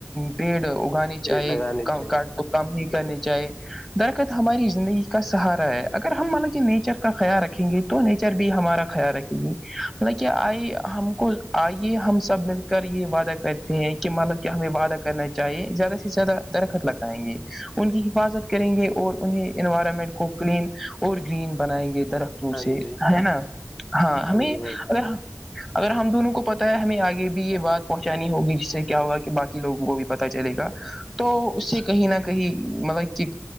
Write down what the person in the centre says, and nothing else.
پیڑ اگانانی
چاہی
کاٹ-
کام نہیں کرنے چاہی درخت ہماری زندگی کا سہارا ہے- اگر ہم مانایے نیچر کا خیال رکھیں گے تو نیچر بھی ہمارا خیال رکھے گی ل کہ آئی ہم کو آئیے ہم سب مل کر یہ وعدہ کرتے ہیں- یہ مالک ہمیں وعدہ کرنا چاہیے زیادہ سے زیادہ خر لگائیں گے ان کی حفاظت کریں گے ان کے- اور انہیں انوائرمنٹ کو کلین اور گرین بنائیں گے درخت
سے
ہے نا ہاں ہمیں
اگر اگر ہم دونوں کو پتا ہے ہمیں آگے بھی یہ بات پہنچانی ہوگی جس سے کیا ہوگا کہ باقی لوگوں کو بھی پتہ چلے گا تو اس سے کہیں نہ کہیں مطلب کہ